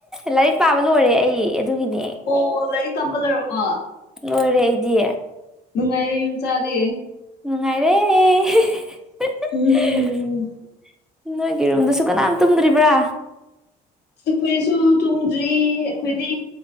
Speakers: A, in the centre; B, on the left.
A: ꯂꯥꯏꯔꯤꯛ ꯄꯥꯕ ꯂꯣꯏꯔꯦ ꯑꯩ ꯑꯗꯨꯒꯤꯅꯦ
B: ꯑꯣ ꯂꯥꯏꯔꯤꯛ ꯇꯝꯕ ꯂꯩꯔꯔꯕ
A: ꯂꯣꯏꯔꯦ ꯑꯩꯗꯤ
B: ꯅꯨꯡꯉꯥꯏꯔ ꯌ ꯆꯗꯦ
A: ꯅꯨꯡꯉꯥꯏꯔꯦ
B: ꯎꯝ
A: ꯅꯣꯏꯒꯤ ꯔꯨꯝꯗꯁꯨ ꯀꯅꯥꯝ ꯇꯨꯝꯗ꯭ꯔꯤꯕ꯭ꯔꯥ
B: ꯑꯩꯈꯣꯏꯁꯨ ꯇꯣꯡꯗ꯭ꯔꯤ ꯑꯩꯈꯣꯏꯗꯤ